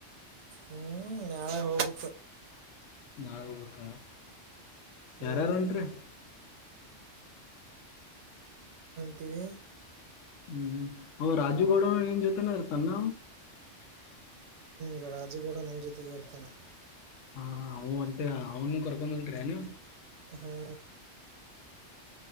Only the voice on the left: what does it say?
ನಾಳೆ ಹೋಗ್ಬೇಕ
ಯಾರ ಯಾರ್ ಹೊಂಟರಿ
ಹ್ಮ್ ಮ ರಾಜುಗೌಡ ಏನ್ ಜೊತೆನ ತನ್ನ
ಹಾ ಅವನ ಅಂತ ಅವನು ಕೊರಕೊಂಡ ಹೊಂಟರಿ ಎನ್